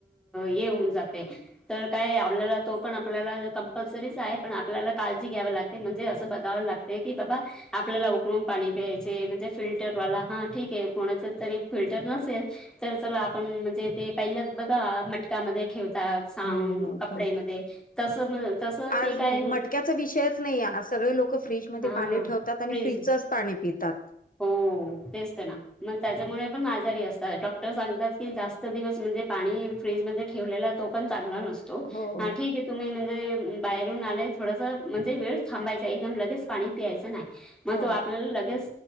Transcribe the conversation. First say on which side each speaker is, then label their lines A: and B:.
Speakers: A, in the centre; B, on the left.
A: हे होऊन जाते. तर काय आपल्याला तो पण आपल्याला कंपल्सरीच आहे पण आपल्याला काळजी घ्यावी लागते म्हणजे असं बघाव लाग ते की बाबा. आपल्याला उकळून पाणी प्यायचे म्हणजे फिल्टरवाला हा ठीके कोणाच तरी फिल्टर नसेल च चला आपण म्हणजे ते पहिलंच बघा मटकामध्ये ठेवतो ता सांग
B: हो हो
A: कपड्यांमध्ये
B: हो
A: तस म तस
B: आज
A: ते काय
B: नाही मटक्याचा विषयच नाही आज सगळे लोक फ्रीजमध्ये
A: हा
B: पाणी ठेवतात आणि
A: फ्रीज
B: फ्रीजचंच पाणी पितात.
A: हो तेच ते ना. मग त्याच्यामुळे पण आजारी असतात डॉक्टर सांगतात की जास्त दिवस म्हणजे पाणी फ्रीजमध्ये ठेवलेला तो पण चगला नसतो
B: हो.
A: हा ठीक ये तुम्ही म्हणजे बाहेरून आले थोडस म्हणजे वेळ थांबायचा एकदम लगेच पाणी प्यायचं नाही. मग
B: हो.
A: तो आपल्याला लगेच